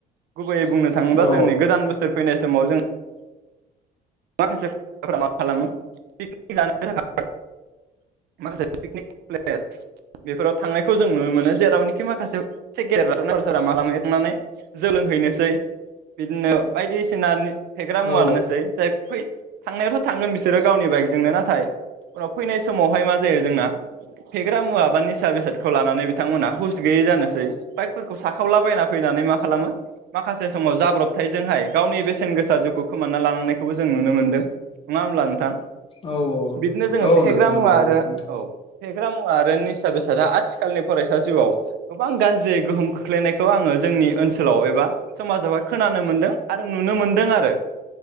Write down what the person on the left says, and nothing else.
औ
औ
औ
औ
नोंथां
नंगौ
नंगौ नोंथां